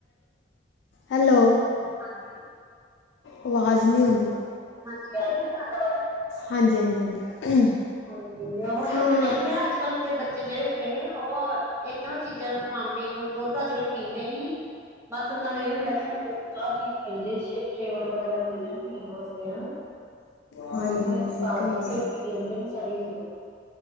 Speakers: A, on the left; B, on the right.
A: ਹੈਲੋ।
B: ਹਾਂਜੀ,
A: ਆਵਾਜ਼ ਨਹੀਂ ਆਉਂਦੀ
B: ਹਾਂਜੀ <unintelligible>
A: ਹਾਂਜੀ, ਹਾਂਜੀ, ਹਾਂਜੀ।
B: ਹਾਂਜੀ ਉਹੋ
A: ਖਾਣ
B: ਤੈਨੂੰ ਮੈਂ ਕਹਿ ਨੀ ਮੈਂ ਅੱਜ ਕੱਲ ਤੇ ਬੱਚੇ ਜਿਹੜੇ ਹੈਗੇ ਨੇ ਉਹ ਇਹੋ ਚੀਜ਼ਾਂ ਨੂੰ ਖਾਣ ਪੀਣ ਨੂੰ ਦੁੱਧ ਅੱਜ ਕੱਲ ਪੀਂਦੇ ਨੀ। ਬਸ ਓਨਾਂ ਨੂੰ ਏ ਹੁੰਦਾ ਚੀਜ ਮਿਲ ਜੇ, ਅੱਛੇ ਫਲੇਵਰ ਵਗੈਰਾ ਮਿਲ ਜਾਣ ਪੀਣ ਵਾਸਤੇ ਨਾ।
A: ਹਾਂਜੀ
B: ਦੁੱਧ ਦੇ ਵਿੱਚ
A: ਹਾਂਜੀ
B: ਪਾ
A: ਤੇ
B: ਕੇ
A: ਹੋਰ
B: ਫੇਰ ਪੀ ਲੈਂਦੇ ਨੇ। ਸਾਰੀਆਂ ਚੀਜ਼ਾਂ